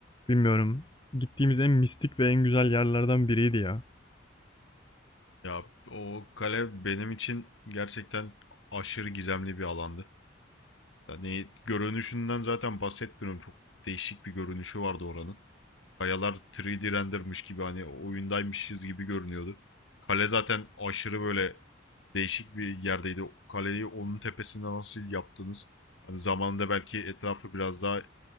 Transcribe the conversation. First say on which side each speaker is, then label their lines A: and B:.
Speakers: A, on the left (about 25°); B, on the left (about 85°).
A: bilmiyorum. Gittiğimiz en mistik ve en güzel yerlerden biriydi ya.
B: Ya o kale benim için gerçekten aşırı gizemli bir alandı. Yani görünüşünden zaten bahsetmiyorum. Çok değişik bir görünüşü vardı oranın. Kayalar 3D rendermiş gibi hani oyundaymışız gibi görünüyordu. Kale zaten aşırı böyle değişik bir yerdeydi. Kaleyi onun tepesinde nasıl yaptınız? Hani zamanında belki etrafı biraz daha